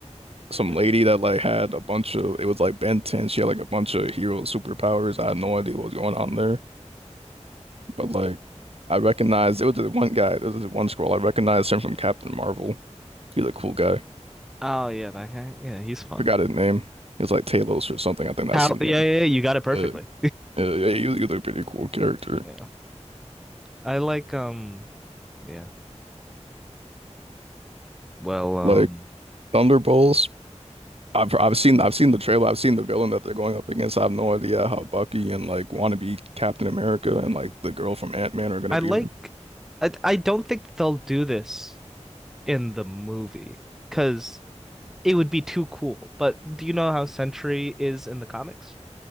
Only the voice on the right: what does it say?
some
lady that like had a bunch of it was like Ben 10. She had like a bunch of hero superpowers. I had no idea what was going on there. But like, I recognized it was the one guy. There was this one scroll I recognized him from Captain Marvel. He was a cool guy.
Forgot his name. He was like Talos or something. I think that's
his
name.
Yeah, yeah, yeah, he was, he was a pretty cool character.
Like Thunderbolts. I've I've seen I've seen the trailer. I've seen the villain that they're going up against. I have no idea how Bucky and like wannabe Captain America and like the girl from Ant-Man are gonna
beat her.